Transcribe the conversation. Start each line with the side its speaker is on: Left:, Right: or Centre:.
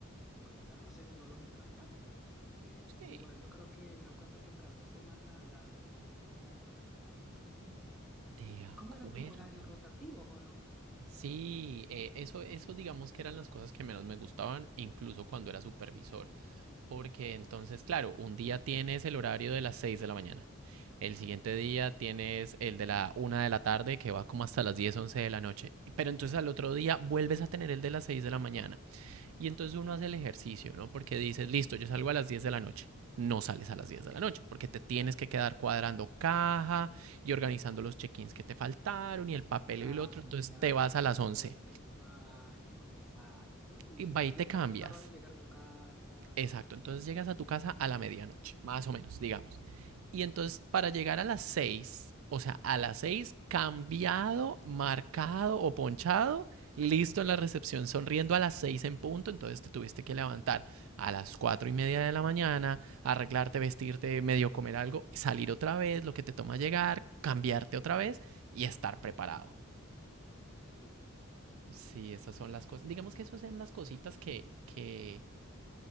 Centre: voy a estarlo haciéndolo mientras tanto, porque
Right: Sí,
Centre: igual yo creo que me he dado cuenta que prevalece más la, la, la estabilidad mental porque al final no tenía vida.
Right: de acuerdo.
Centre: ¿Y ¿Cómo eran tus horarios rotativos o no?
Right: Sí, eh, eso, eso digamos que eran las cosas que menos me gustaban, incluso cuando era supervisor. Porque entonces, claro, un día tienes el horario de las 6 de la mañana. El siguiente día tienes el de la una de la tarde que va como hasta las 10 11 de la noche. Pero entonces al otro día vuelves a tener el de las 6 de la mañana. Y entonces
Centre: No.
Right: uno hace el ejercicio, ¿no? Porque dices, listo, yo salgo a las 10 de la noche. No sales a las 10 de la noche porque te tienes que quedar cuadrando caja y organizando los check-ins que te faltaron y el papel
Centre: Cambiarte
Right: y el otro. Entonces te vas a las once
Centre: en el baño, exacto. ¿Y
Right: Y va y
Centre: qué
Right: te
Centre: tanto
Right: cambias
Centre: tardas en llegar a tu casa?
Right: Exacto,
Centre: Exacto,
Right: entonces llegas a tu casa a la medianoche, más o menos, digamos. Y entonces para llegar a las 6, o sea, a las 6 cambiado, marcado o ponchado, listo en la recepción, sonriendo a las 6 en punto, entonces te tuviste que levantar a las 4 y media de la mañana, arreglarte, vestirte, medio comer algo, salir otra vez, lo que te toma llegar, cambiarte otra vez y estar
Centre: claro,
Right: preparado.
Centre: terrible.
Right: Sí, esas son las cosas. Digamos que esas son las cositas que, que,